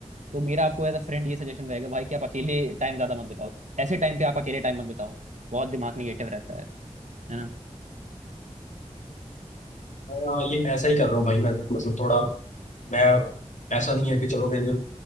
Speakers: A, on the right (about 75°); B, on the left (about 80°).
A: तो मेरा आपको एज अ फ्रेंड ये सजेशन रहेगा भाई कि आप अकेले टाइम ज्यादा मत बिताओ ऐसे टाइम पे आप अकेले टाइम मत बिताओ बहुत दिमाग निगेटिव रहता है है ना
B: मैं, अ, ये ऐसा ही कर रहा हूँ भाई मैं तो मतलब थोड़ा मैं ऐसा नहीं है कि चलो मैंने अ,